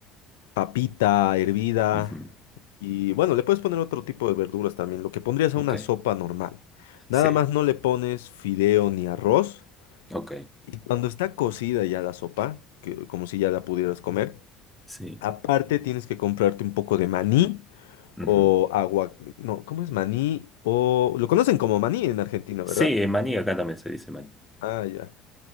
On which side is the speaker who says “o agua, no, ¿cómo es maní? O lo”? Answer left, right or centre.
Left